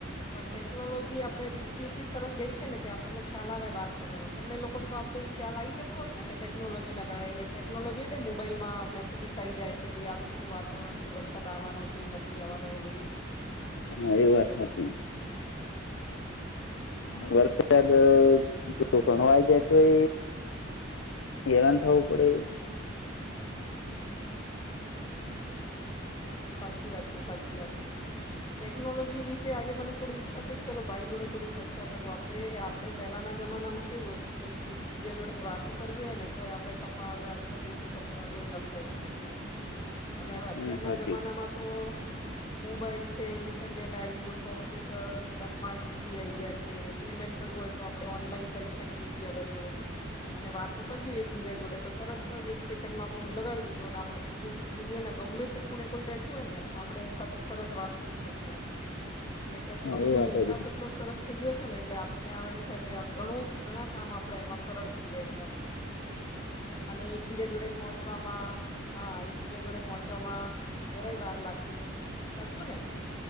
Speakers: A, on the left; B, on the left.
A: પણ ટેકનોલોજી આપડે વિકસી એટલી સરસ ગઈ છે ને, કે આપણને ખ્યાલ આવે વાત તાવરણો તમને લોકોને તો આમ તો એ ખ્યાલ આવી જતો હશેને, ટેકનોલોજીના કારણે ટેકનોલોજી એટલે મોબાઈલમાં મેસેજિસ આવી જાય કે ભાઈ આવી રીતનું વાતાવરણ છે વરસાદ આવાનો છે, નથી આવાનો એવું બધું
B: હા, એ વાત હાચી.
A: હા
B: વરસાદ
A: એટલે
B: તો ઘણું આવી જાય તોએ હેરાન થવું પડે.
A: સાચી વાત છે, સાચી વાત છે. ટેકનોલોજી વિશે આજે મને થોડી ઈચ્છા થઈ કે ચલો ભાઈ જોડે થોડી ચર્ચા કરૂ આપડે આપડે પહેલાના જમાનામાં કેવું હતું, કંઈકઈ બીજા જોડે વાતો કરવી હોયને, તો આપડે ટપાલ, અંતરદેશી પત્રને એવું લખતા એક બીજાને અને અત્યારના
B: હમ હાચી
A: જમાનામાં તો મોબાઈલ છે, ઇન્ટરનેટ આ ગયું. કોમ્પ્યુટર પહેલા સ્માર્ટ ટીવી આ ગયા છે. પેમેન્ટ કરવું હોય, તો આપડે ઓનલાઈન કરી શકીએ છીએ હવે તો અને વાતો કરવી, એકબીજા જોડે તો તરત જ એક સેકન્ડમાં ફોન લગાડી દીધો અને આપડે દુનિયાના ગમે તે ખૂણે કોઈ બેઠું હોયને, આપડે એની સાથે સરસ વાત કરી શકીએ એમ. એટલે ટેકનોલોજીનો
B: હા એ વાત
A: વિકાસ
B: હાચી
A: એટલો સરસ થઈ ગયો છે ને, એટલે આપણને આમ એમ થાય કે ઘણું ઘણા કામ આપડે એમાં સરળ થઈ જાય છે એમ. અને એકબીજા જોડે પહોંચવામ માં હા એકબીજા જોડે પહોંચવામાં જરાય વાર લાગતી નથી. સાચું ને?